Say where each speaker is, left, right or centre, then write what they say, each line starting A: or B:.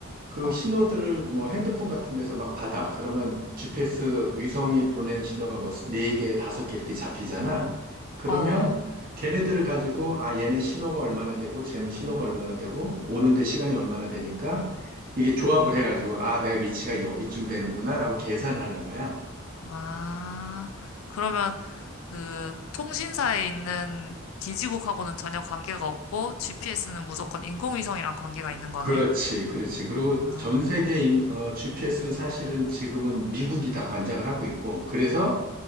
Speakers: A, on the right; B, on the left.
A: 그
B: 어,
A: 신호들을 뭐 핸드폰 같은 데서 막 받아. 그러면 GPS 위성이 보내는 신호가 뭐 네개 다섯 개 이렇게 잡히잖아. 그러면
B: 어,
A: 걔네들을 가지고 아, 얘는 신호가 얼마나 되고 쟤는 신호가 얼마나 되고 오는데 시간이 얼마나 되니까 이게 조합을
B: 응?
A: 해가지고 아, 내가 위치가 여기쯤 되는구나라고 계산하는 거야.
B: 아, 그러면 그 통신사에 있는 기지국하고는 전혀 관계가 없고, GPS는 무조건 인공위성이랑 관계가 있는 거네.
A: 그렇지, 그렇지. 그리고
B: 아,
A: 전 세계 인- 어, GPS는 사실은 지금은 미국이 다 관장을 하고 있고, 그래서